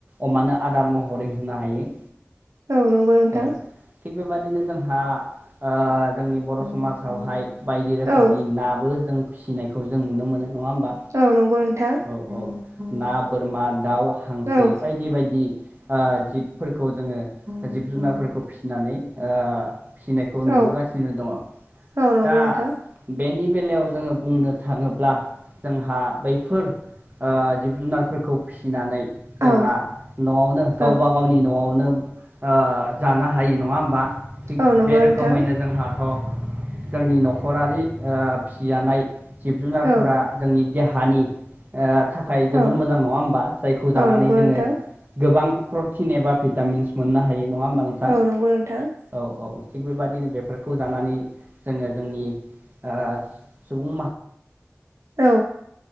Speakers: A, on the right; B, on the right.
A: अमानो आदार महरै होनो हायो।
B: औ नंगौ नोंथां।
A: औ थिग बेबादिनो जोंहा ओ जोंनि बर' समाजावहाय बायदि रोखोमनि
B: औ
A: नाबो जों फिसिनायखौ जों नुनो मोनो नङा होमबा
B: औ नंगौ नोंथां।
A: औ औ ना बोरमा दाउ हांसो
B: औ
A: बायदि बायदि ओ जिब फोरखौ जोङो जिब जुनारफोरखौ फिसिनानै ओ फिनायखौ
B: औ
A: नुबोगासिनो दङ'।
B: औ नंगौ
A: दा
B: नोंथां
A: बेनि बेलायाव जोङो बुंनो थाङोब्ला जोंहा बैफोर ओ जिब जुनारफोरखौ फिसिनानै जोंहा
B: औ
A: न'आवनो
B: औ
A: गावबा गावनि न'आवनो ओ जानो हायो नङा होमबा थिग
B: औ नंगौ
A: बे
B: नोंथां
A: रोखोमैनो जोंहाथ' जोंनि न'खरारि ओ फिसिजानाय जिब जुनारफोरा
B: औ
A: जोंनि देहानि थाखाय जोबोर
B: औ
A: मोजां नङा होमबा जायखौ जानानै
B: औ नंगौ
A: जोङो
B: नोंथां
A: गोबां प्रटिन एबा भिटामिन्स मोननो हायो नङा होमबा नों
B: औ नंगौ नोंथां।
A: औ औ थिग बेबायदिनो बेफोरखौ जानानै जोङो जोंनि सुबुं माहारि
B: औ।